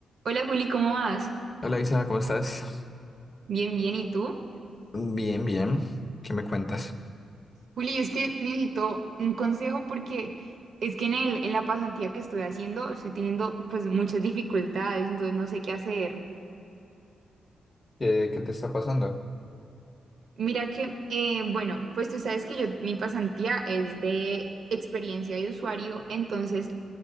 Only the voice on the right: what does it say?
Hola Juli, ¿cómo vas?
Bien, bien, ¿y tú?
Juli, es que necesito un consejo porque es que en el, en la pasantía que estoy haciendo estoy teniendo pues muchas dificultades, entonces no sé qué hacer.
Mira que, eh, bueno, pues tú sabes que yo, mi pasantía es de experiencia de usuario, entonces